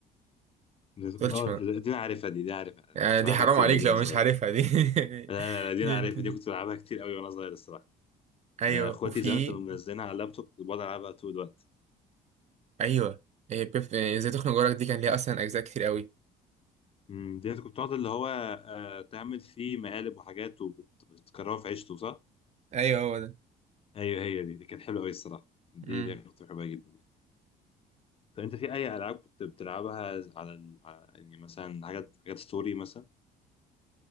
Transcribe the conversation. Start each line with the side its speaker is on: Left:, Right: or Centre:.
Left: ده-
Right: تقولش
Left: اه دي انا عارفها دي دي عارفها
Right: آه،
Left: كنت
Right: دي
Left: بلعبها
Right: حرام
Left: كتير
Right: عليك
Left: قوي دي
Right: لو
Left: وانا صغير
Right: مش عارفها دي <laughs>
Left: لا لا لا، دي
Right: دي,
Left: انا عارفها
Right: دي.
Left: دي كنت بلعبها كتير قوي وانا صغير الصراحه
Right: ايوه
Left: آه، اخواتي
Right: وفي
Left: زمان كانوا منزلينها على اللابتوب كنت بقعد العبها طول الوقت
Right: ايوه إيه، بيب- إيه، ازاي تخنق جارك دي كان ليها اصلا اجزاء كتير قوي
Left: امم دي انت كنت بتقعد اللي هو آه، تعمل فيه مقالب وحاجات وبتكررها في عيشته صح؟
Right: ايوه هو ده
Left: ايوه هي دي دي كانت حلوه قوي الصراحه دي
Right: امم
Left: دي أنا كنت بحبها جدا طب انت في اي العاب كنت بتلعبها على ال... على- يعني مثلا حاجات حاجات ستوري مثلا